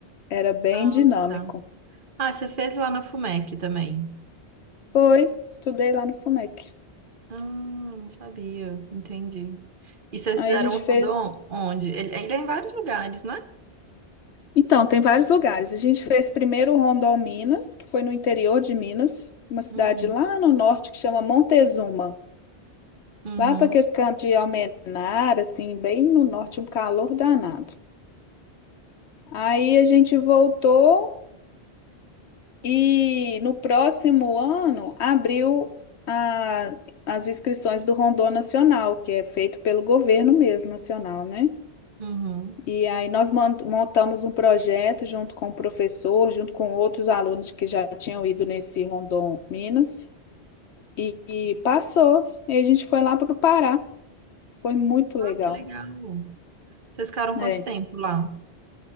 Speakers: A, on the left; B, on the right.
A: Era bem
B: Ah,
A: dinâmico.
B: tá. Ah, você fez lá na FUMEC também.
A: Foi, estudei lá no FUMEC.
B: Ah, não sabia. Entendi. E vocês
A: Aí
B: fizeram
A: a gente
B: um
A: fez.
B: rondon onde? Ele, ele é em vários lugares, né?
A: Então, tem vários lugares. A gente fez primeiro Rondôminas, que foi no interior de Minas, uma cidade
B: Hum,
A: lá no norte que chama Montezuma.
B: uhum,
A: Lá para aquele canto de Almenara, assim, bem no norte, um calor danado. Aí a gente voltou e no próximo ano abriu a- as inscrições do Rondô Nacional, que é feito pelo governo mesmo, nacional, né?
B: uhum.
A: E aí nós mon- montamos um projeto junto com o professor, junto com outros alunos que já tinham ido nesse Rondon Minas, e, e passou. E a gente foi lá para o Pará. Foi muito legal.
B: Ah, que legal. Vocês ficaram
A: É.
B: quanto tempo lá?